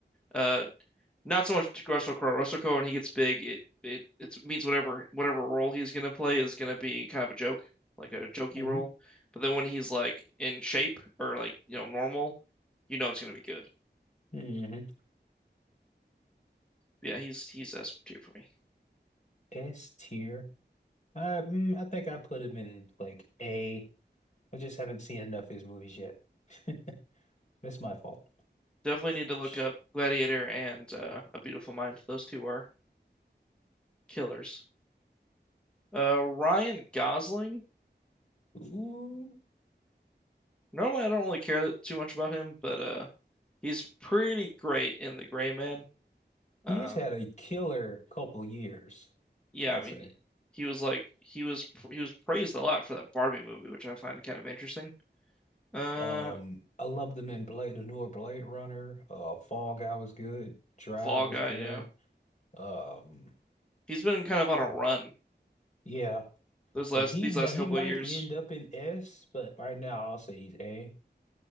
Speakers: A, in the centre; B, on the left.
A: Uh, not so much Russell Crowe. Russell Crowe, when he gets big, it it it means whatever whatever role he's gonna play is gonna be kind of a joke, like a jokey
B: hmm
A: role. But then when he's like in shape or like you know normal, you know it's gonna be good.
B: hmm
A: yeah, he's he's S tier for me.
B: S tier. Uh, mm, I think I put him in like A. I just haven't seen enough of his movies yet. <laughs> It's my fault.
A: Definitely need to look
B: Sh-
A: up Gladiator and uh, A Beautiful Mind. Those two are killers. Uh, Ryan Gosling.
B: Ooh,
A: Normally, I don't really care that, too much about him, but uh, he's pretty great in The Gray Man. Uh,
B: he's had a killer couple years,
A: yeah,
B: I'd
A: I mean,
B: say.
A: he was like he was he was praised a lot for that Barbie movie, which I find kind of interesting. Uh,
B: Um, I loved him in Blade, the newer Blade Runner. Uh, Fall Guy was good. Drive
A: Fall
B: was
A: Guy.
B: good.
A: Yeah,
B: Um,
A: he's been kind of on a run
B: yeah,
A: those last
B: Like he
A: these
B: mi-
A: last
B: he
A: couple
B: might
A: of years.
B: end up in S, but right now I'll say he's A.